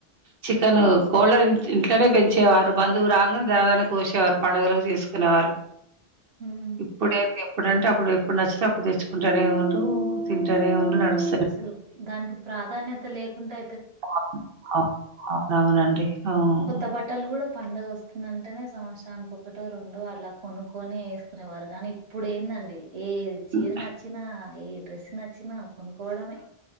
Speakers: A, on the right; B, on the right.
A: చికెన్ కోళ్ళన్నీ ఇంట్లనే పెంచేవారు. బంధువు రాంగనే దంగన్నే కోసేవారు పండుగల చేసుకునేవాళ్ళు.
B: ఉమ్
A: ఇప్పుడేంది. చెప్ ఇప్పుడంటే. అప్పుడు, ఎప్పుడు నచ్చితే అప్పుడు తెచ్చుకుంటేనే ఉంట్రూ. తింటానే
B: అదే
A: ఉంటార్ నాడ్చు
B: అసలు దానికి ప్రాధాన్యత లేకుంటే.
A: అవును అవునవునండి ఆహ్.
B: కొత్త బట్టలు కూడా పండుగ వస్తుందంటేనే సంవత్సరానికి ఒకటో, రెండో అలా కొనుక్కొని వేసుకునేవారు. కానీ ఇప్పుడు ఏందండి. ఏ చీర
A: హ్మ్.
B: నచ్చినా, ఏ డ్రెస్ నచ్. చ్చినా కొనుక్కోవడమే.